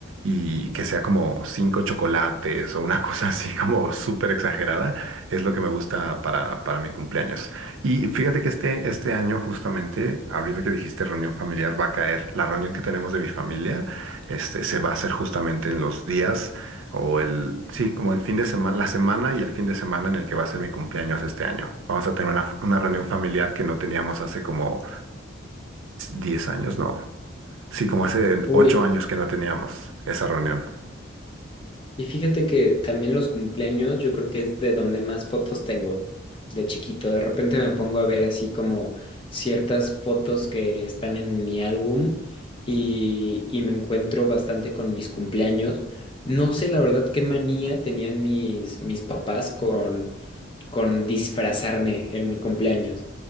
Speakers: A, on the right; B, on the left.
A: y que sea como cinco chocolates o una <laughs> cosa así como súper exagerada, es lo que me gusta para, para mi cumpleaños. Y fíjate que este, este año justamente, ahorita que dijiste reunión familiar, va a caer. La reunión que tenemos de mi familia, este, se va a hacer justamente en los días o el, sí, como el fin de semana, la semana y el fin de semana en el que va a ser mi cumpleaños este año. Vamos a tener una, una reunión familiar que no teníamos hace como 10 años, no. Sí, como hace
B: Uy,
A: 8 años que no teníamos esa reunión.
B: Y fíjate que también los cumpleaños yo creo que es de donde más fotos tengo de chiquito. De repente me pongo a ver así como ciertas fotos que están en mi álbum y, y me encuentro bastante con mis cumpleaños. No sé la verdad qué manía tenían mis, mis papás con, con disfrazarme en mi cumpleaños.